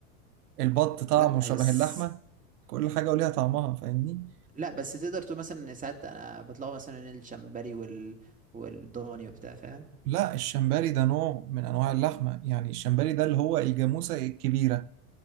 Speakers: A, on the right (about 85°); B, on the right (about 15°).
A: البط طعمه
B: لا
A: شبه
B: بس
A: اللحمة كل حاجة وليها طعمها فاهمني
B: لا بس تقدر تقول مثلا ساعات انا بطلعوا مثلا الشمبري وال والضاني وبتاع فاهم
A: لا الشمبري ده نوع من أنواع اللحمة يعني الشمبري ده اللي هو الجاموسة الكبيرة